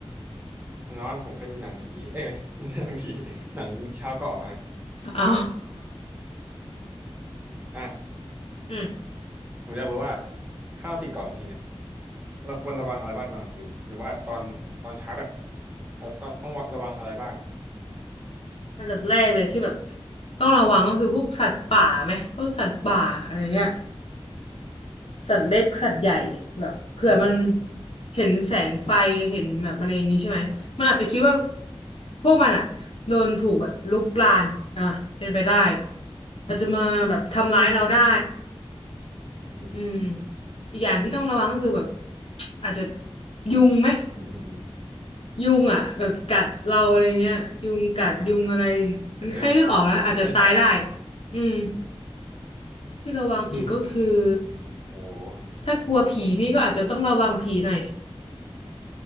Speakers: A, on the right (about 15°); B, on the left (about 70°).
A: นอนผมเคยดูหนังผีเอ้ยไม่ไม่ใช่หนังผี <laughs> หนังชาวเกาะมาเออ
B: อ๋อ
A: อ่ะ
B: อืม
A: ผมอยากรู้ว่าถ้าเราติดเกาะจริงๆเนี่ย เราควรระวังอะไรบ้างตอนกลางคืนหรือว่าตอนตอนเช้าอะเราต้องระวังอะไรบ้าง
B: ระดับแรกเลยที่แบบต้องระวังก็คือพวกสัตว์ป่าไหมพวกสัตว์ป่าอะไรเงี้ยสัตว์เล็กสัตว์ใหญ่แบบเผื่อมัน
A: อืม
B: เห็นแสงไฟเห็นแบบอะไรอย่างงี้ใช่ไหมมันอาจจะคิดว่า
A: อ่า
B: พวกมันอะโดนถูกแบบลุกลานอ่ะเป็นไปได้อาจจะมาแบบทำร้ายเราได้
A: อืม
B: อืมอีกอย่างที่ต้องระวังก็คือแบบ <tsk> อาจจะยุงไหม
A: อืมอืมอืม
B: ยุงอ่ะแบบกัดเราอะไรเงี้ยยุงกัดยุงอะไร
A: อ่า
B: มันไข้เลือดออกนะอาจจะตายได้
A: เออถ้าเลือดออกอีก
B: อืมที่ระวังอีกก็คือ
A: อืมโอ้โห
B: ถ้ากลัวผีนี่ก็อาจจะต้องระวังผีหน่อย